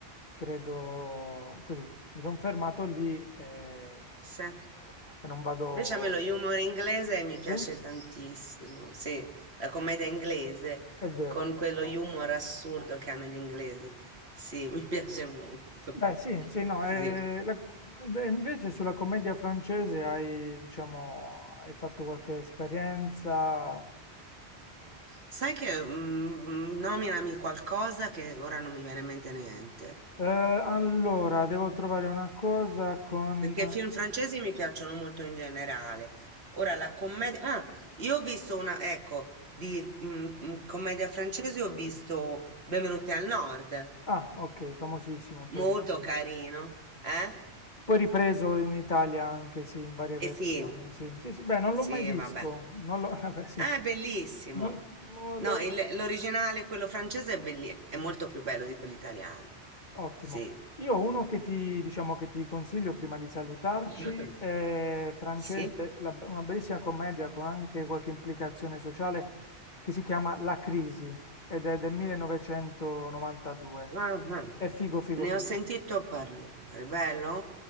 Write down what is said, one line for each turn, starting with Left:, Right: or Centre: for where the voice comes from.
Left: credo così, mi sono fermato lì e,
Right: sì.
Left: e non vado
Right: Invece a me
Left: oltre.
Right: lo humor inglese mi piace
Left: Sì,
Right: tantissimo, sì, la commedia inglese
Left: è vero,
Right: con quello
Left: però.
Right: humor assurdo che hanno gli inglesi, sì, <laughs> mi piace molto,
Left: Beh, sì, sì, no,
Right: sì.
Left: eh, la- e invece sulla commedia francese hai, diciamo, hai fatto qualche esperienza?
Right: Sai che mm, mm, nominami qualcosa che ora non mi viene in mente niente,
Left: Eh, allora, devo trovare una cosa con...
Right: perché i film francesi mi piacciono molto in generale. Ora la commedia... Ah, io ho visto una, ecco, di mm, mm, commedia francese ho visto Benvenuti al Nord,
Left: Ah, ok, famosissimo, poi
Right: molto
Left: ripreso.
Right: carino, eh?
Left: Poi ripreso in Italia anche, sì, in varie
Right: E
Left: versioni,
Right: sì,
Left: sì. Sì, sì, beh, non l'ho
Right: sì,
Left: mai visto,
Right: vabbè.
Left: non l'ho, <laughs> vabbè, sì.
Right: Ah, è bellissimo.
Left: Non- non
Right: No,
Left: l'ho-
Right: il- l'originale, quello francese, è, belli- è molto più bello di quello italiano.
Left: Ottimo.
Right: Sì.
Left: Io ho uno che ti, diciamo, che ti consiglio prima di salutarci,
Right: <laughs>
Left: è francese,
Right: Sì?
Left: la- una bellissima commedia con anche qualche implicazione sociale che si chiama La Crisi ed è del 1992.
Right: Ah, ah.
Left: È figo, figo,
Right: Ne
Left: figo.
Right: ho sentito parlare, bello?